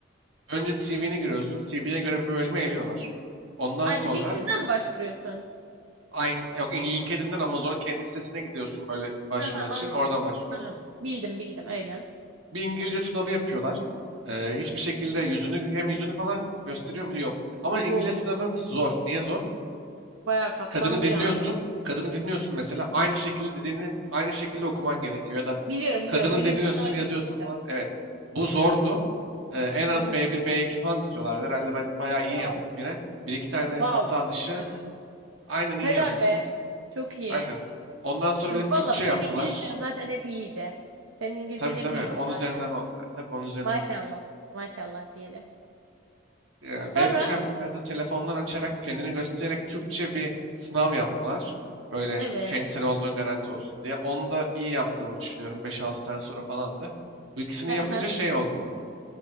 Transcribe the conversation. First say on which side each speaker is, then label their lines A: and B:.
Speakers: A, on the right; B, on the right.
A: Önce CV'ni giriyorsun. CV'ne göre bir bölüme eliyorlar. Ondan
B: Aynen
A: sonra
B: LinkedIn'den mi başvuruyorsun?
A: Aynı, yok LinkedIn'den Amazon'un kendi sitesine gidiyorsun böyle başvurular
B: Aha,
A: için.
B: anladım.
A: Oradan başvuruyorsun.
B: Tamam. Bildim bildim aynen.
A: Bir İngilizce sınavı yapıyorlar. Ee, hiçbir şekilde yüzünü hem yüzünü falan gösteriyor mu? Yok. Ama İngilizce
B: Oo,
A: sınavın zor. Niye zor?
B: bayağı kapsamlı
A: Kadını dinliyorsun.
B: yani.
A: Kadını dinliyorsun mesela. Aynı şekilde dediğini aynı şekilde okuman gerekiyor. Ya da
B: Biliyorum
A: kadının
B: biliyorum öyle
A: dediğini
B: bir sınava girmiştim.
A: yazıyorsun falan. Evet. Bu zordu. Ee, en az
B: Aha,
A: B1, B2 falan istiyorlardı. Herhalde ben bayağı iyi
B: wow.
A: yaptım yine. Bir iki tane
B: Wow.
A: hata dışı
B: Maşallah.
A: aynen iyi
B: Helal
A: yaptım.
B: be. Çok iyi.
A: Aynen. Ondan sonra
B: Vallahi
A: bir de Türkçe
B: senin
A: yaptılar.
B: İngilizcen zaten hep iyiydi. Senin İngilizcen
A: Tabii
B: hep
A: tabii.
B: iyiydi
A: On üzerinden
B: zaten.
A: on. Tabii on üzerinden
B: Maşallah.
A: on.
B: Maşallah diyelim.
A: Ya,
B: Sonra
A: webcam ya da telefondan açarak kendini göstererek Türkçe bir sınav yaptılar. Böyle
B: evet.
A: kendisine olduğun garanti olsun diye. Onu da iyi yaptığımı düşünüyorum. Beş altı tane soru falandı. Bu ikisini
B: Aha.
A: yapınca şey oldu.